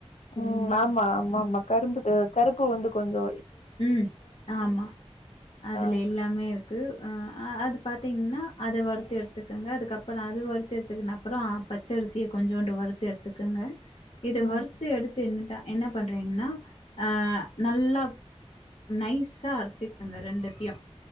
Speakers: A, on the left (about 60°); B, on the left (about 80°).
A: சரிங்களா
B: உம் ஆமா ஆமாம்மா கரும்புது கருப்பு உள்ந்து கொஞ்சொ
A: உம் ஆமா அதுல
B: ஆ
A: எல்லாமே இருக் கு ஆ அது பாத்தீங்னா அத வறுத்து எடுத்துக்கங்க அதுக்கப்பறம் அது வறுத்து எடுத்துக்க அப்பறோ ஆ பச்சரிசிய கொஞ்சுண்டு வறுத்து எடுத்துக்கங்க இது
B: ம்
A: வறுத்து எடுத்து என்னட்டா என்ன பண்றீங்கன்னா அ நல்லா நைஸா அரச்சிக்கங்க ரெண்டுத்தையு